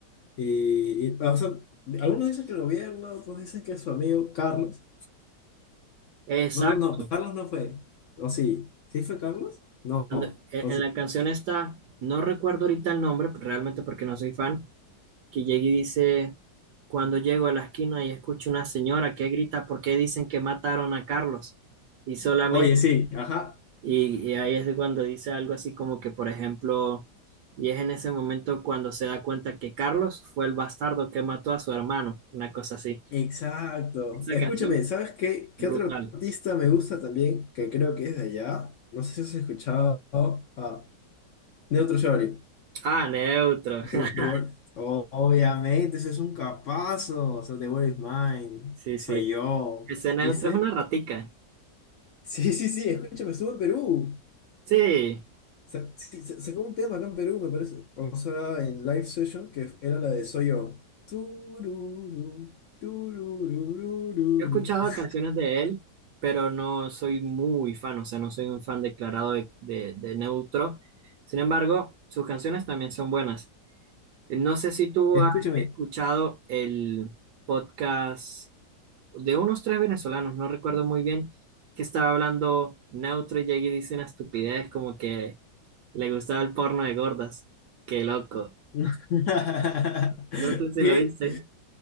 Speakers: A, on the left; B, on the right.
A: Y, y, o sea, algunos dicen que el gobierno, otros dicen que su amigo Carlos.
B: Exacto.
A: No, no, no, Carlos no fue. ¿O sí? ¿Sí fue Carlos? No.
B: En en
A: ¿O sí?
B: la canción está, no recuerdo ahorita el nombre, realmente porque no soy fan, que llega y dice, cuando llego a la esquina y escucho una señora que grita, ¿por qué dicen que mataron a Carlos? Y solamente
A: Oye, sí, ajá.
B: Y, y ahí es de cuando dice algo así como que, por ejemplo, y es en ese momento cuando se da cuenta que Carlos fue el bastardo que mató a su hermano, una cosa así.
A: Exacto.
B: Esa
A: Escúchame,
B: canción,
A: ¿sabes qué? ¿Qué
B: brutal.
A: otro artista me gusta también? Que creo que es de allá. No sé si has escuchado a Neutro Shorty.
B: Ah, Neutro.
A: The, The
B: <laughs>
A: World- O- obviamente, ese es un capazo. O sea, The World is Mine.
B: Sí,
A: Soy
B: sí.
A: yo.
B: Ese Neutro
A: ¿Viste?
B: es una ratica.
A: <laughs> Sí, sí, sí, escúchame, estuvo en Perú.
B: Sí,
A: Sa- sí, sa- sacó un tema acá en Perú, me parece. O sea, en live session, que era la de Soy yo. Tururú, turururururu.
B: yo he escuchado
A: <laughs>
B: canciones de él, pero no soy muy fan, o sea, no soy un fan declarado de, de, de Neutro. Sin embargo, sus canciones también son buenas. No sé si tú
A: Escúchame.
B: has escuchado el podcast. de unos tres venezolanos, no recuerdo muy bien, que estaba hablando neutro y allí dice una estupidez como que le gustaba el porno de gordas. Qué loco.
A: <laughs>
B: No sé si
A: ¿Qué?
B: lo viste.